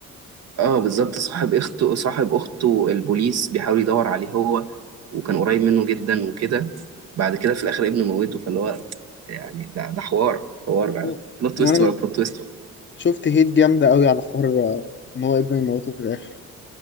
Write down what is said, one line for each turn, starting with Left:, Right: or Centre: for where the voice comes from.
Right: اه بالظبط صاحب اخته صاحب اخته البوليس بيحاول يدور عليه هو وكان قريب منه جدا وكده بعد كده في الاخر ابنه موته فاللي هو يعني ده ده حوار حوار يعني
Left: هو-
Right: بلوت
Left: وانا
Right: تويست ورا بلوت تويست
Left: شفت هيت جامده قوي على حوار آه، ان هو ابنه يموته في الاخر